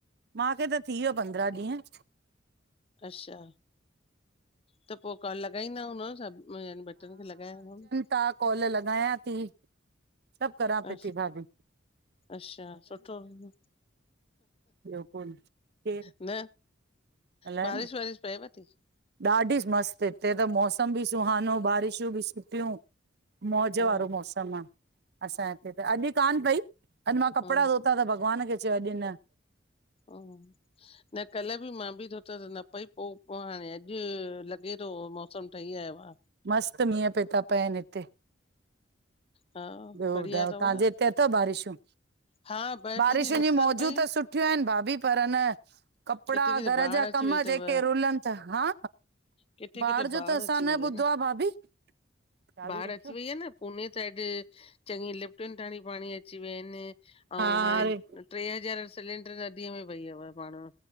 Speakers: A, on the right; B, on the left.
A: माखे त थी वियो पंद्रहां ॾींहं।
B: अच्छा। त पो काल लॻाईंदा हुंदव सभु याने ॿ ट्रिन खे लॻाया हुंदव न।
A: त कॉल लॻायां ती। सभु करा पई
B: अ
A: ती भाभी --
B: अच्छा सुठो हूंदो
A: ॿियो कोन केरु
B: न
A: अलाए
B: बारिश
A: न
B: वारिश पए व ती --
A: ॾाढी मस्तु, हिते त मौसम बि सुहानो बारिशियुं बि सुठियूं। मौज
B: हा
A: वारो मौसम आ असांये हिते त, अॼु कान पई अॼ मां कपड़ा
B: हा
A: धोता त भॻवान खे चयो मां अॼु न
B: हा, न कल्ह भी मां बि थोता त न पई पो -- पोइ, हाणे अॼु लॻे थो मौसम ठही आयो आ।
A: मस्त मींहं पय था पहन हिते।
B: हा
A: ॿुयो
B: बढ़िया
A: बुधायो
B: अथव
A: तव्हांजे
B: न
A: हिते अथव बारिशूं?
B: हा ॿ
A: बारिशयू
B: टे ॾींहं लॻसर
A: जी मौजू
B: पई
A: त सुठियूं आहिन भाभी पर न कपड़ा,
B: किथे किथे
A: घर
B: बाढ़
A: जा
B: अची
A: कम
B: वई अथव।
A: जेके रुलन था, हा
B: किथे,
A: बाढ़
B: किथे बाढ
A: जो त असां
B: अची वई
A: ॿुधो
B: आह न,
A: आहे भाभी चाबी
B: ॿाढ
A: रखियो
B: अची वई आ न - उन साइड चॻी लिफ़टन ताणी पाणी अची वियन आहिन अऊ
A: हा
B: हाण
A: अरे
B: ट्रे हज़ार सिलेंडर नदीअ में वई हुयव पाण।